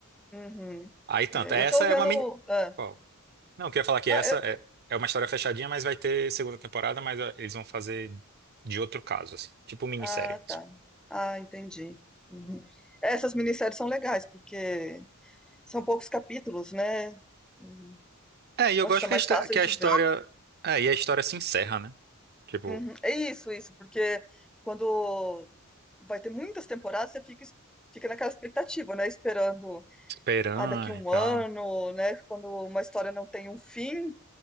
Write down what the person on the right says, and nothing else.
Aí tanto,
essa
é
uma mini...
ó, Não, eu queria falar que
essa
é, é uma história fechadinha, mas vai ter segunda temporada, mas ó, eles vão fazer de outro caso, assim, tipo minissérie
mesmo.
É, e eu
gosto
que
a, histó-
que a
história...
É, e a história se encerra, né? Tipo,
esperando
e tal.